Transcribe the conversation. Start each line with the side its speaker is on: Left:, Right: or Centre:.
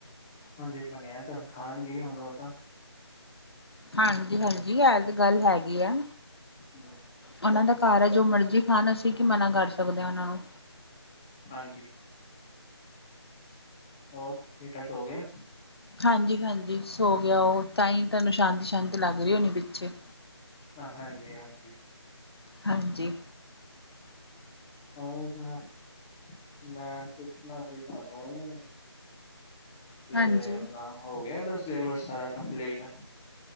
Centre: ਹਾਂਜੀ ਬਣਿਆ ਤੇੁ ਹੁਣ ਖਾਣਗੇ ਹੁਣ ਉਹ ਤਾਂ।
Left: ਹਾਂਜੀ -ਹਾਂਜੀ ਇਹ ਤੇ ਗੱਲ ਹੈਗੀ ਆ।
Centre: ਹੂੰ
Left: ਉਹਨਾਂ ਦਾ ਘਰ ਹੈ, ਜੋ ਮਰਜ਼ੀ ਖਾਣ, ਅਸੀਂ ਕੀ ਮਨਾ ਕਰ ਸਕਦੇ ਹਾਂ ਉਹਨਾਂ ਨੂੰ।
Centre: ਹਾਂਜੀ। ਹੋਰ ਬੇਟਾ ਸੋ ਗਿਆ?
Left: ਹਾਂਜੀ -ਹਾਂਜੀ ਸੋ ਗਿਆ ਉਹ, ਤਾਂ ਹੀ ਤੁਹਾਨੂੰ ਸ਼ਾਂਤੀ -ਸ਼ਾਂਤੀ ਲੱਗ ਰਹੀ ਹੋਣੀ ਪਿੱਛੇ।
Centre: ਹਾਂਜੀ-ਹਾਂਜੀ।
Left: ਹਾਂਜੀ।
Centre: ਹੋ ਜੀ ਮੈਂ ਪੁੱਛਣਾ ਸੀ ਤੁਹਾਨੂੰ। ਕੀਦੇ
Left: ਹਾਂਜੀ,
Centre: ਆਪਣਾ ਹੋ ਗਿਆ ਇਹਦਾ ਸਿਲੇਬਸ ਸਾਰਾ ਕੰਪਲੀਟ।